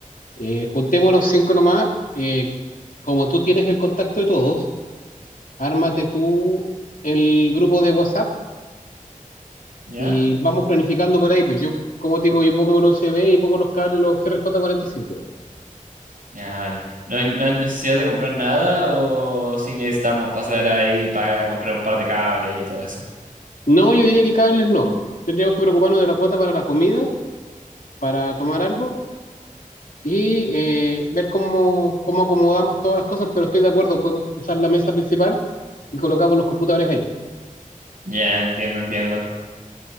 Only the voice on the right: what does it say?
¿ya?
Ya, vale. ¿No hay, no hay necesidad de comprar nada o si necesitamos pasar ahí para comprar un par de cables y todo eso?
Ya, entiendo, entiendo.